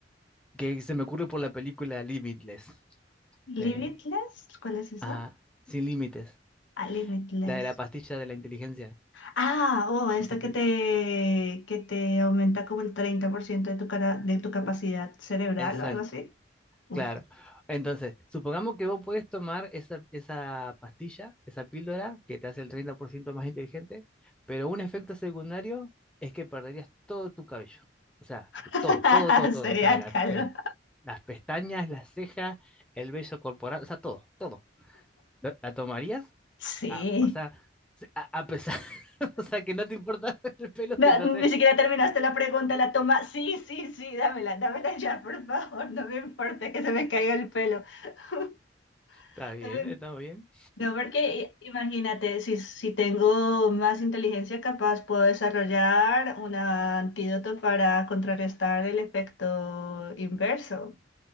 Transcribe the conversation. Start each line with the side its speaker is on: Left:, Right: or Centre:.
Centre: que se me ocurre por la película Limitless.
Left: Limitless,
Centre: Eh,
Left: ¿cuál es esa?
Centre: ajá, sin límites.
Left: Ah, Limitless.
Centre: La de la pastilla de la inteligencia.
Left: Ah, oh, esta
Centre: Ese te-
Left: que te, que te aumenta como el 30% de tu cara, de tu capacidad cerebral
Centre: Exacto.
Left: o algo así. Uf,
Centre: Claro. Entonces, supongamos que vos puedes tomar esa, esa pastilla, esa píldora que te hace el 30% más inteligente, pero un efecto secundario es que perderías todo tu cabello. O sea,
Left: <laughs>
Centre: todo, todo, todo, todo.
Left: sería
Centre: O sea, la
Left: calor.
Centre: pe- las pestañas, las cejas, el vello corporal, o sea, todo, todo. ¿La la tomarías?
Left: Sí.
Centre: A, o sea, se- a, a pesar, <laughs> o sea, que no te importa <laughs> el pelo
Left: No,
Centre: mientras... estés.
Left: ni siquiera terminaste la pregunta, la toma. Sí, sí, sí, dámela, dámela ya, por favor. No me importa que se me caiga el pelo. <laughs>
Centre: Está bien,
Left: No me
Centre: está muy bien.
Left: No, porque eh, imagínate, si, si tengo más inteligencia capaz, puedo desarrollar un antídoto para contrarrestar el efecto inverso.